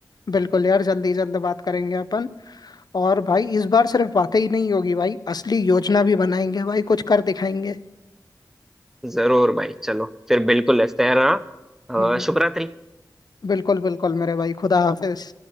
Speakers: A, on the left (about 65°); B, in the centre.
A: बिल्कुल यार जल्दी जल्द बात करेंगे अपन और भाई इस बार सिर्फ बातें ही नहीं होगी भाई असली योजना भी बनाएंगे भाई कुछ कर दिखाएंगे
B: जरूर भाई चलो फिर बिल्कुल इस तरह
A: हम्म
B: अ, शुभ रात्रि
A: बिल्कुल बिल्कुल मेरे भाई खुदा हाफिज